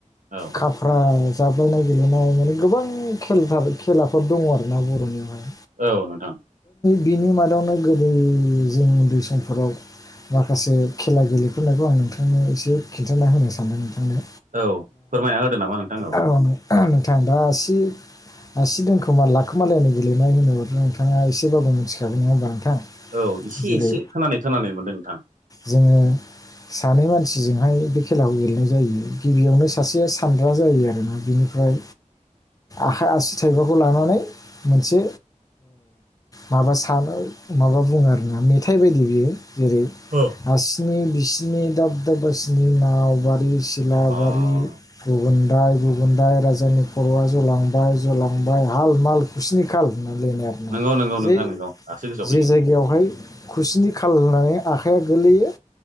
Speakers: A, on the right; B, on the left.
A: औ
B: खाफ्रा जाब्लायनाय गेलेनाय माने गोबां खेल थाराय खेलाफोर दङ आर ना बर'नियावहाय
A: औ नोंथां।
B: बिनि मादावनो गोदो जों उन्दै समफोराव माखासे खेला गेलेफोरनायखौ आं नोंथांनो एसे खिन्थाना होनो सानदों नोंथांनो।
A: औ फोरमायना होदो नामा नोंथां औ।
B: ओ नोंथां दासि आसि दोनखोमा लाखोमालायनो गेलेनाय होनोब्लाथ' नोंथाङा एसेबाबो मिथिखोन नङा होमबा नोंथां?
A: औ एसे
B: जेरै
A: एसे खोनानाय खोनानानै मोनदों नोंथां।
B: जोङो सानै मानसिजोंहाय बे खेलाखौ गेलेनाय जायो गिबियावनो सासेया सानद्रा जायो आरोना बिनि ओमफ्राय आखाइ आसि थाइबाखौ लानानै मोनसे माबा सानो माबा बुङो आरोना, मेथाइ बायदि बियो जेरै
A: औ।
B: हारसिनि बिसिनि दाब दाबसिनि नाव बारि सिलाबारि
A: अ
B: गुबुनन्दाय गुबुनदाय राजानि खर'आ जालांबाय जालांबाय हाल माल खुस्नि खााल होननानैलायनाय आरो।
A: नंगौ
B: <unintelligible>
A: नंगौ
B: जे
A: नोंथां नंगौ दासो गोसोआव
B: जे
A: फैदों
B: जायगायावहाय। खुसिनि खाल होननानै आखाइया गोलैयो